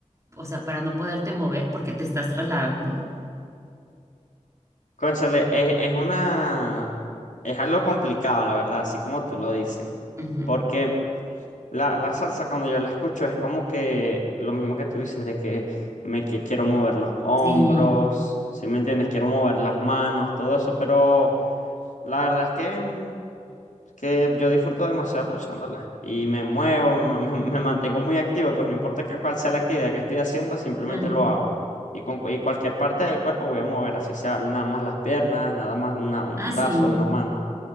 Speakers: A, on the right (about 25°); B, on the left (about 80°).
A: o sea, para no poderte mover porque te estás trasladando?
B: Cónchale, es, es una... Es algo complicado, la verdad, así como tú lo dices.
A: Ujú.
B: Porque La, la salsa cuando yo la escucho es como que lo mismo que tú dices de que me que quiero mover los hombros,
A: Sí.
B: si me entiendes? Quiero mover las manos, todo eso, pero la verdad es que, mm, que yo disfruto demasiado escuchándola y me muevo, me, ma- <laughs> me- me mantengo muy activo, pues no importa que cuál sea la actividad que estoy haciendo, simplemente
A: Ujú.
B: lo hago. Y con cu- y cualquier parte del cuerpo voy a mover, así sea nada más las piernas, nada más una, un
A: Ah,
B: brazo,
A: sí.
B: una mano.